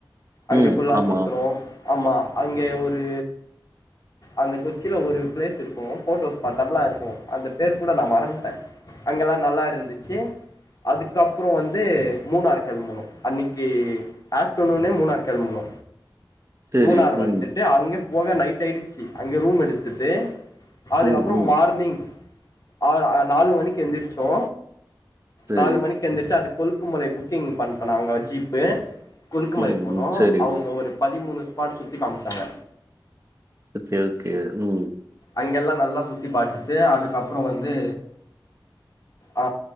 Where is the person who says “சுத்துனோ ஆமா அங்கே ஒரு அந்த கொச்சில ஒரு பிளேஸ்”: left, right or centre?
Left